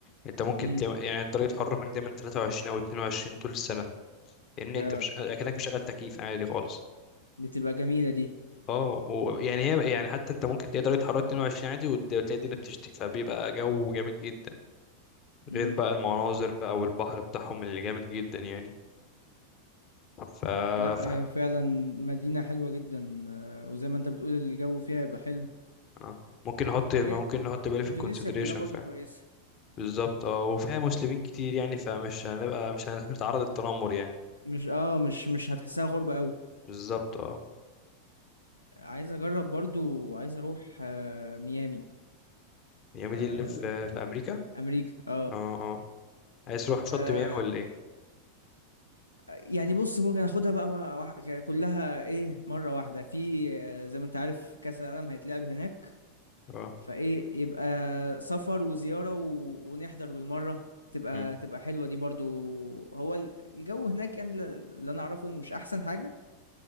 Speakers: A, on the left; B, on the left.
A: أنت ممكن
B: امم
A: تلاقي يعني درجة الحرارة هناك دايما 23 أو 22 طول السنة لأن أنت
B: اه
A: مش أكنك مشغل تكييف عادي خالص
B: دي تبقى جميلة دي
A: اه ويعني هي يعني حتى أنت ممكن تلاقي درجة حرارة 22 عادي وت- وتلاقي الدنيا بتشتي فبيبقى جو جامد جدا
B: امم
A: غير بقى المناظر بقى والبحر بتاعهم اللي جامد جدا يعني ف...
B: لا
A: ف...
B: هي فعلا مدينة حلوة جدا آه، وزي ما انت بتقول الجو فيها يبقى حلو
A: اه ممكن نحط ممكن
B: هي
A: نحط بالي في
B: اندونيسيا
A: الكونسيدريشن
B: كلها برضو
A: فعلا
B: كويسة
A: بالظبط اه وفيها مسلمين كتير
B: مم.
A: يعني فمش هنبقى مش هنتعرض للتنمر يعني
B: مش اه مش مش هتحسها غربة قوي
A: بالظبط اه
B: عايز اجرب برضو عايز اروح آه ميامي
A: ميامي
B: في آه
A: دي اللي في, في امريكا
B: امريكا اه
A: اه اه عايز تروح شط
B: آه
A: ميامي ولا ايه
B: يعني بص ممكن اخدها بقى مرة واح... ك- كلها ايه مرة واحدة في آه، زي ما انت عارف كأس العالم هيتلعب هناك
A: اه
B: فايه يبقى سفر وزيارة و... ونحضر بالمرة تبقى
A: مم.
B: تبقى حلوة دي برضو هو ال- الجو هناك يعني اللي اللي انا اعرفه إن مش احسن حاجة